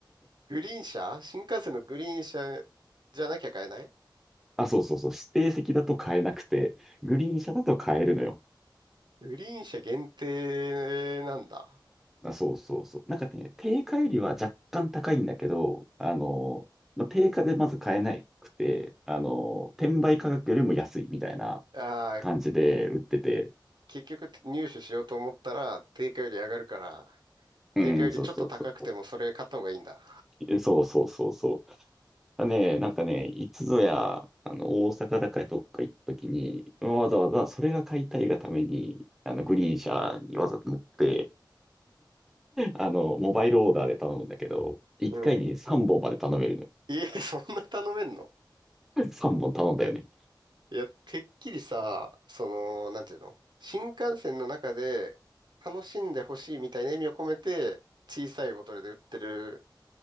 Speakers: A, on the right (about 65°); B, in the centre.
A: グリーン車新幹線のグリーン車じゃなきゃ買えない
B: あ、そうそうそう。指定席だと買えなくて、グリーン車だと買えるのよ。
A: グリーン車限定なんだ。
B: あ、そうそうそう。なんかね、定価よりは若干高いんだけど、あの、まあ、定価でまず買えなくて、あの、転売価格よりも安いみたいな
A: ああ、
B: 感じで売ってて、
A: 結局入手しようと思ったら定価より上がるから、
B: うん、
A: 定価よりちょっと高くてもそれ買った方がいいんだ。
B: そうそうそう。えそうそうそうそう。だね、なんかね、いつぞや、あの、大阪だかどっか行った時に、わざわざそれが買いたいがために、あの、グリーン車にわざと乗って、あの、モバイルオーダーで頼むんだけど、1回に3本まで頼める
A: うん。え、<laughs> そんな頼めんの
B: のよ。3本頼んだよね。
A: いや、てっきりさ、その、なんていうの新幹線の中で楽しんでほしいみたいな意味を込めて、小さいボトルで売ってる